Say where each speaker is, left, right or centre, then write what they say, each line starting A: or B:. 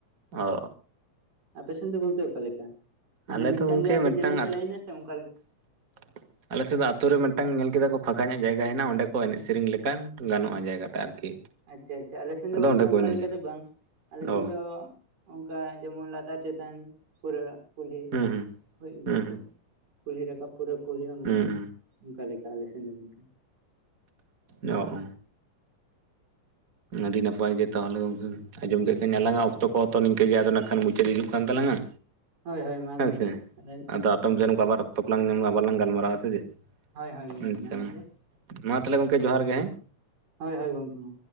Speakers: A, on the right; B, on the right.
A: ᱚ
B: ᱟᱯᱮᱥᱮᱱ ᱫᱚ ᱜᱚᱝᱠᱮ ᱚᱠᱟ ᱞᱮᱠᱟ ᱢᱟᱱᱮ
A: ᱟᱞᱮ
B: ᱢᱤᱫᱴᱟᱝ
A: ᱫᱚ ᱜᱚᱝᱠᱮ
B: ᱜᱮ ᱟᱹᱰᱤ
A: ᱢᱤᱫᱴᱟᱝ
B: ᱡᱮᱞᱮᱧ ᱯᱮ ᱞᱟᱭᱤᱱᱟ ᱥᱮ ᱚᱱᱠᱟ ᱞᱮᱠᱟ
A: <inaudible> ᱟᱞᱮᱥᱮᱫ ᱫᱚ ᱟᱛᱩᱨ ᱨᱮ ᱢᱤᱫᱴᱟᱝ ᱧᱮᱞ ᱠᱮᱫᱟ ᱠᱚ ᱯᱷᱟᱸᱠᱟ ᱧᱟᱜ ᱡᱟᱭᱜᱟ ᱦᱮᱱᱟᱜᱼᱟ ᱚᱸᱰᱮ ᱠᱚ ᱮᱱᱮᱡ ᱥᱮᱨᱮᱧ ᱞᱮᱠᱟᱱ ᱜᱟᱱᱚᱜᱼᱟ ᱡᱟᱭᱜᱟ ᱴᱟ ᱟᱨᱠᱤ
B: ᱟᱪᱪᱷᱟ ᱟᱪᱪᱷᱟ ᱟᱞᱮ ᱥᱮᱱ ᱫᱚ
A: ᱟᱫᱚ
B: ᱜᱚᱝᱠᱮ
A: ᱚᱸᱰᱮ ᱠᱚ
B: ᱚᱱᱠᱟ
A: ᱮᱱᱮᱡᱟ
B: ᱞᱮᱠᱟ ᱫᱚ ᱵᱟᱝ ᱟᱞᱮ
A: ᱚ
B: ᱥᱮᱱ ᱫᱚ ᱚᱝᱠᱟ ᱡᱮᱢᱚᱱ ᱞᱟᱛᱟᱨ ᱪᱮᱛᱟᱱ ᱯᱩᱨᱟᱹ ᱠᱩᱞᱦᱤ
A: ᱦᱩᱸ ᱦᱩᱸ
B: ᱦᱳᱭ ᱚᱝᱠᱟ
A: ᱦᱩᱸ
B: ᱠᱚ ᱠᱩᱞᱦᱤ ᱨᱟᱠᱟᱵ ᱯᱩᱨᱟᱹ ᱠᱩᱞᱦᱤ ᱟᱬᱜᱚ
A: ᱦᱩᱸ
B: ᱚᱱᱠᱟ ᱞᱮᱠᱟ ᱟᱞᱮ ᱥᱮᱱ ᱫᱚ ᱜᱚᱝᱠᱮ᱾
A: ᱚᱻᱚᱻᱚ ᱟᱹᱰᱤ ᱱᱟᱯᱟᱭ ᱜᱮ ᱛᱟᱦᱞᱮ ᱜᱚᱝᱠᱮ ᱟᱸᱡᱚᱢ <unintelligible> ᱟᱞᱟᱝᱟᱜ ᱚᱠᱛᱚ ᱠᱚ ᱛᱚ ᱱᱤᱝᱠᱟᱹ ᱜᱮ ᱟᱫᱚ ᱱᱟᱜᱠᱷᱟᱱ ᱢᱩᱪᱟᱹᱫ ᱦᱤᱡᱩᱜ ᱠᱟᱱ ᱛᱟᱞᱟᱝᱟ
B: ᱦᱳᱭ ᱦᱳᱭ ᱢᱟ
A: ᱦᱮᱸᱥᱮ,
B: ᱜᱚᱝᱠᱮ ᱦᱳᱭ
A: ᱟᱫᱚ <unintelligible> ᱚᱠᱛᱚ ᱠᱚ ᱞᱟᱝ ᱞᱮᱠᱷᱟᱱ ᱟᱵᱟᱨ ᱞᱟᱝ ᱜᱟᱞᱢᱟᱨᱟᱣᱟ ᱥᱮ ᱪᱮᱫ?
B: ᱦᱳᱭ ᱜᱚᱝᱠᱮ
A: ᱟᱪᱪᱷᱟ
B: ᱛᱟᱦᱚᱞᱮ
A: ᱢᱟ᱾ ᱛᱟᱞᱦᱮ ᱜᱚᱝᱠᱮ ᱡᱚᱦᱟᱨ ᱜᱮ ᱦᱮᱸ
B: ᱦᱳᱭ ᱦᱳᱭ ᱜᱚᱝᱠᱮ ᱢᱟ᱾